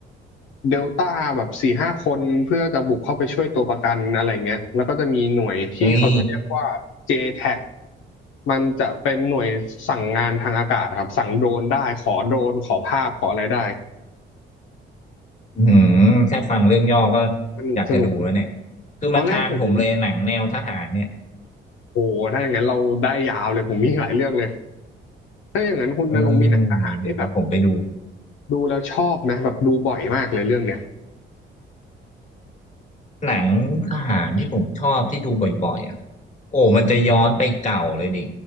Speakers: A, on the left; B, on the left.
A: เดลต้าแบบสี่ห้าคนเพื่อจะบุกเข้าไปช่วยตัวประกันอะไรเงี้ยแล้วก็จะมีหน่วยที่เขาจะเรียกว่า
B: เฮ้ย
A: JTAC มันจะเป็นหน่วยสั่งงานทางอากาศครับสั่งโดรนได้ขอโดรนขอภาพขออะไรได้
B: อืมแค่ฟังเรื่องย่อก็
A: สนุกสนุก
B: อยากจะดูแล้วเนี่ยคือมันทางผมเลยหนังแนวทหารเนี่ย
A: ตอนแรกผมโอ้โหถ้าอย่างนั้นเราได้ยาวเลยผมมีหลายเรื่องเลยถ้าอย่างนั้นคุณณรงค์มีหนังทหารที่แบบ
B: เออเดี๋ยวเดี๋ยวผมไปดู
A: ดูแล้วชอบไหมแบบดูบ่อยมากเลยเรื่องเนี้ย
B: หนังทหารที่ผมชอบที่ดูบ่อยๆอ่ะโอ้มันจะย้อนไปเก่าเลยดิ